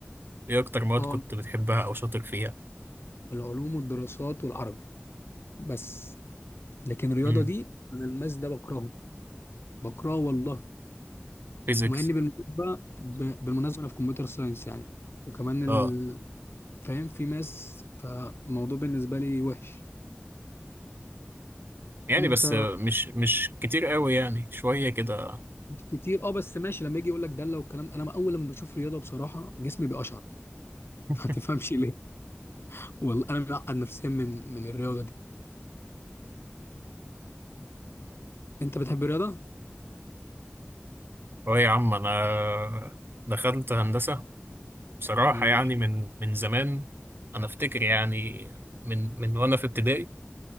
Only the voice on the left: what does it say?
اه
العلوم والدراسات والعربي بس لكن الرياضه
دي انا الماس ده بكرهه بكرهه والله
ومع اني بالمناسبه ب- بالمناسبه انا في كمبيوتر ساينس يعني وكمان ال...
فاهم في ماس فالموضوع بالنسبه لي وحش
انت
كتير اه بس ماشي لما يجي يقول لك دله والكلام ده انا اول لما بشوف رياضه بصراحه جسمي بيقشعر
<laughs> ما تفهمش ليه. والله انا معقد نفسيا من من الرياضه دي انت بتحب الرياضه
مم.